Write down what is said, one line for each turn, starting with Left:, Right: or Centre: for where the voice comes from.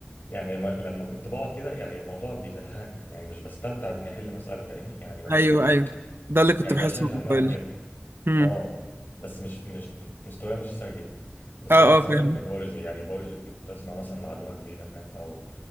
Left: يعني لما لما كنت بقعد كده يعني الموضوع بيزهقني يعني مش بستمتع باني احل مساله فاهمني يعني ببقى
Right: أيوه
Left: اللي هو
Right: أيوه ده اللي كنت
Left: يعني
Right: بحسه
Left: بقى شايل
Right: من
Left: همها
Right: موبايل
Left: كده
Right: امم
Left: اه بس مش مش مستواي مش سيء بس
Right: اه
Left: العكس
Right: اه فاهمك
Left: بقى في البيولوجي يعني البيولوجي كنت اسمع مثلا معلومه جديده فاهم او